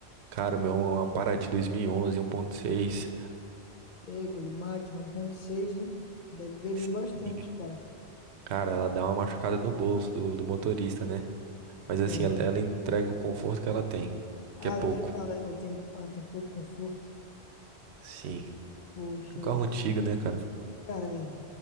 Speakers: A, on the right (about 80°); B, on the left (about 50°).
A: Cara, o meu é uma Parati 2011, 1.6.
B: Pega, ele, máquina 1.6, hein? Deve beber
A: Sim.
B: bastante, cara.
A: Cara, ela dá uma machucada no bolso do, do motorista, né? Mas
B: É.
A: assim, ela, ela entrega o conforto que ela tem,
B: Ah,
A: que é pouco.
B: ela tem, ela, ela tem, ah, tem pouco conforto.
A: Sim.
B: Poxa,
A: Um carro
B: vida.
A: antigo, né, cara?
B: cara, é.